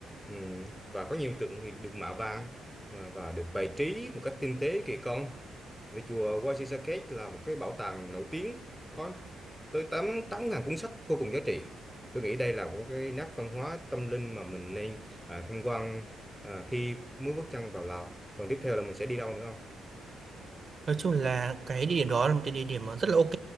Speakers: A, in the centre; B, on the right.
A: Ừm, và có nhiều tượng thì được mạ vàng à, và được bày trí một cách tinh tế kỳ công. Vì chùa Waisakek là một cái bảo tàng nổi tiếng có tới 8 8.000 cuốn sách vô cùng giá trị. Tôi nghĩ đây là một cái nét văn hóa tâm linh mà mình nên à, tham quan à, khi mới bước chân vào Lào. Còn tiếp theo là mình sẽ đi đâu nữa không?
B: Nói chung là cái địa điểm đó là một cái địa điểm mà rất là ok.